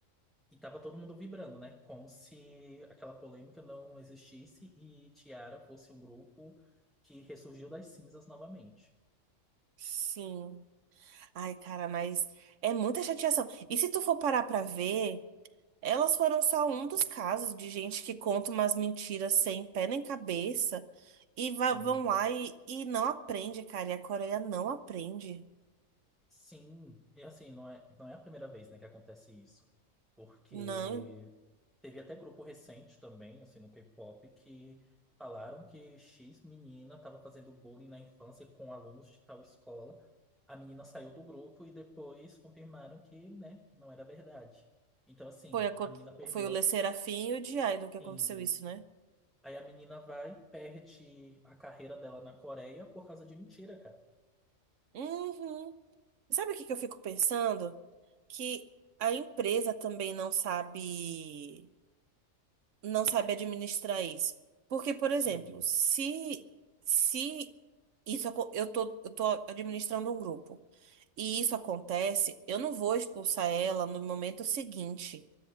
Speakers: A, in the centre; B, on the right.
A: E tava todo mundo vibrando, né, como se aquela polêmica não existisse e Tiara fosse um grupo que ressurgiu das cinzas novamente.
B: sim. Ai, cara, mas é muita chateação. E se tu for parar pra ver. Elas foram só um dos casos de gente que conta umas mentiras sem pé nem cabeça e
A: Sim.
B: va- vão lá e, e não aprende, cara. E a Coreia não aprende.
A: Sim, e assim, não é, não é a primeira vez, né, que acontece isso. Porque
B: Não,
A: teve até grupo recente também, assim, no K-pop, que falaram que X menina estava fazendo bullying na infância com alunos de tal escola. A menina saiu do grupo e depois confirmaram que, né, não era verdade. Então, assim,
B: foi, a, co-
A: a menina perdeu,
B: foi o Le Serafim e o de Idol que aconteceu
A: sim.
B: isso, né?
A: Aí a menina vai, e perde a carreira dela na Coreia por causa de mentira, cara.
B: Uhum. Sabe o que que eu fico pensando? Que a empresa também não sabe, não sabe administrar isso. Porque, por
A: Sim.
B: exemplo, se, se isso, acon- eu tô, eu tô administrando um grupo. e isso acontece, eu não vou expulsar ela no momento seguinte.